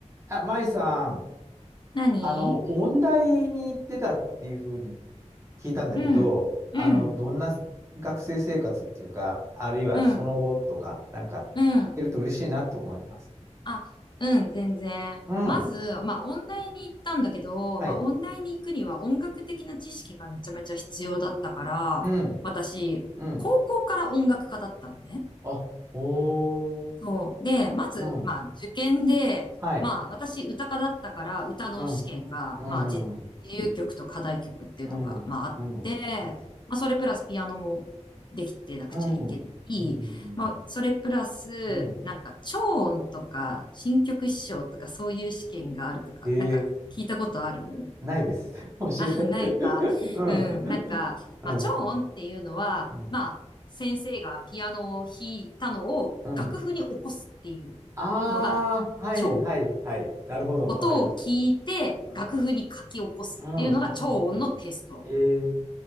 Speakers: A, on the right (about 25°); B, on the left (about 40°).
A: あ、舞さん、
B: 何
A: あの、音大に行ってたっていうふうに聞いたんだけど、
B: うん、うん、
A: あの、どんな学生生活っていうか、あるいはその後とか、
B: うん、
A: なんか、
B: うん。
A: 聞けると嬉しいなと思います。
B: あ、うん、全然。
A: うん。
B: まず、まあ、音大に行ったんだけど、
A: はい。
B: まあ、音大に行くには音楽的な知識がめちゃめちゃ必要だったから、
A: うん。
B: 私、
A: うん。
B: 高校から音楽家だったのね。
A: あ、おー。
B: そう。で、まず、
A: うん。
B: まあ、受験で、
A: はい。
B: まあ、私、歌科だったから、歌の試験が、
A: うん。うん。
B: まあ、じ自由曲と課題曲っていうのが、
A: うん。うん。
B: まあ、あって、
A: うん。うん。
B: まあ、それプラスピアノもできてなくちゃいけない。
A: うん。うん。
B: まあ、それプラス、
A: うん
B: なんか、超音とか、新曲師匠とか、そういう試験があるとか、
A: えー、
B: なんか、聞いたことある
A: ないです。<laughs> 教えて。
B: <laughs> あ、ないか。
A: <laughs> うん。
B: うん。なんか、
A: うん。
B: まあ、超音っていうのは、
A: うん。
B: まあ、先生がピアノを弾いたのを楽譜に起こすっていう
A: うん。ああ、
B: のが超音。
A: はいはいはい。なるほど。
B: 音を聞いて楽譜に書き起こすっていうのが超音のテスト。
A: わかります。うん。うん、うん、うん。ええ、